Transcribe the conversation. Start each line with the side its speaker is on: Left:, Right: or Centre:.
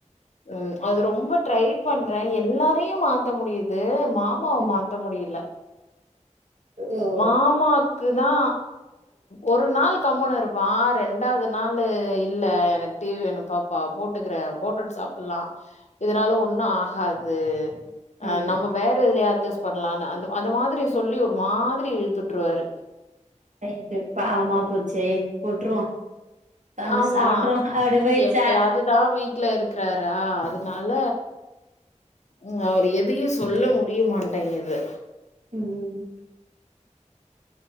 Left: உம் அது ரொம்ப ட்ரை பண்ற எல்லாரையு மா த்த முடியுது மாமாவ
Right: ம்
Left: மாத்த முடியல
Right: ஓ
Left: மாமாக் குதா ஒரு நாள் கம்முனு இருப்பான் ரெண்டாவது நாளு இல்ல எனக்கு டி வி வேணும் பாப்பா போட்டுக்கிற போட்டுட்டு சாப்பிடலா இதனால ஒன்னு ஆ அது அஹ்
Right: ம்
Left: நம்ம வேற எதுலயாது அஜஸ் பண்ணலானு அந் அந்த மாரி சொல்லி ஒரு மாரி யி இழுத்து வுட்ருவாரு
Right: ரைட்டு பாவமா போச்சே போட்ருவோ உக்காந்து
Left: ஆமா
Right: சாப்ட்ருவோ அப்டி போயிடுச்சா
Left: எப்பயாதுதா வீட்ல இருக்கிறாரா அதுனால ம் அவர் எதயு சொல்ல முடியமாட்டேங்குது
Right: உம்